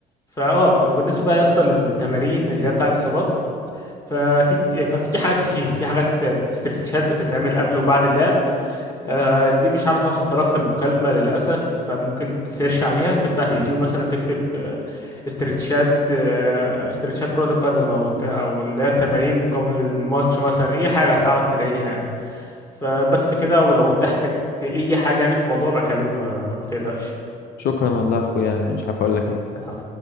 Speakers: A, on the left; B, on the left.
A: فاه وبالنسبه بقى يا اسطى للتمارين اللي هي بتاع الاصابات ففي ففي حاجات كتير في حاجات استرتشات بتتعمل قبل وبعد اللعب آه، دي مش عارف اوصفها لك في المكالمة للأسف فممكن تسيرش عليها تفتح يوتيوب مثلا تكتب آه، استرتشات آه، استرتشات كرة القدم أو ت- أو اللي هي التمارين قبل الماتش مثلا أي حاجة هتعرف تلاقيها يعني فبس كده ولو أنت احتجت أي حاجة يعني في الموضوع بكلمني ما ما تقلقش
B: شكرا والله يا اخويا يعني مش عارف اقول لك ايه
A: العفو